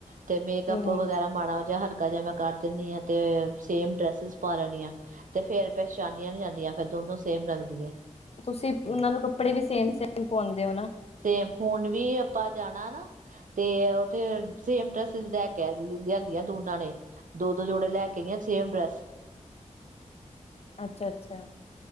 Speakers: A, on the right; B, on the left.
A: ਤੇ ਮੇਕਅੱਪ
B: ਹਮ
A: ਵਗੈਰਾ, ਮਾੜਾ ਜਾਂ ਹਲਕਾ। ਕਦੇ ਮੈਂ ਕਰ ਦਿੰਨੀ ਆ, ਤੇ ਸੇਮ ਡਰੈਸਿਸ ਪਾ ਲੈਣੀਆਂ ਤੇ ਫੇਰ, ਪਹਿਚਾਨਣੀਆ ਨਹੀਂ ਜਾਂਦੀਆਂ ਫ਼ਿਰ ਦੋਨੋਂ, ਸੇਮ ਲੱਗਦੀਆਂ ਹੈ।
B: ਤੁਸੀਂ ਉਹਨਾਂ ਨੂੰ, ਕੱਪੜੇ ਵੀ ਸੇਮ- ਸੇਮ ਪਾਵਾਉਂਦੇ ਹੋ ਨਾ।
A: ਤੇ ਹੁਣ ਵੀ, ਆਪਾਂ ਜਾਣਾ ਨਾ। ਤੇ ਉੱਥੇ, ਸੇਮ ਡਰੈਸਿਸ ਲੈ ਕੇ ਲਿਆਂਦੀਆਂ, ਦੋਨਾਂ ਨੇ। ਦੋ -ਦੋ ਜੋੜੇ ਲੈ ਕੇ ਗਈਆਂ ਸੇਮ ਡਰੈੱਸ।
B: ਅੱਛਾ -ਅੱਛਾ